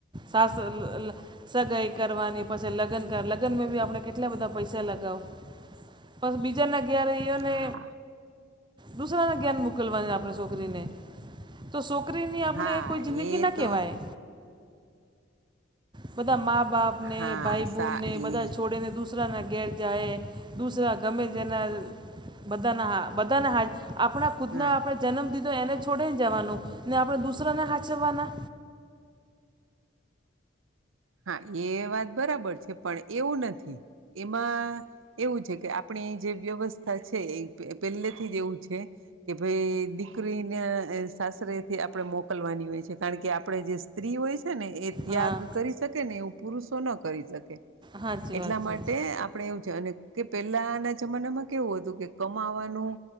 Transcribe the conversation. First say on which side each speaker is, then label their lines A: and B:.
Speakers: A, on the right (about 25°); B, on the right (about 85°).
A: સાસુ ન ન સગાાઈ કરવાની, પછી લગ્નકાર, લગ્નમાં બી આપણે કેટલા બધા પૈસા લગાવો. પણ બીજાના ઘેરેએ એને,
B: હા
A: દુસરા ના ઘેર મોકલવાની આપની શોકરીને તો શોકરીની આપણે
B: હા
A: કોઈ જિંદગી
B: એ
A: ના કહેવાય.
B: તો
A: બધા મા-બાપ ને
B: હા
A: ભાઈ-બુનને
B: સા
A: બધા
B: એ
A: છોડેને દૂસરાના ઘેર જાય, દૂસરા ગમે તેના બધાના હા બધાના હાચ આપણા ખુદના
B: હા
A: આપણે જન્મ દીધો એને છોડીને જવાનું, ને આપણે દુસરાને હાચવવાના.
B: હા એ વાત બરાબર છે, પણ એવું નથી, એમાં. એવું છે કે આપણી જે વ્યવસ્થા છે, એ એ પહેલેથી જ એવું છે. કે ભાઈ દીકરીને એ સાસરેથી આપણે મોકલવાની હોય છે, કારણ કે આપડણે જે સી સ્ત્રી હોય છે ને એ ત્યાગ
A: હા
B: કરી શકે ને એવું પુરુષો ન કરી શકે.
A: સાચી
B: એટલા
A: વાત છે
B: માટે આપ આપડણે એવું છે અને કે પેલાના જમાનામાં કેવું હતું કે કમાવાનું.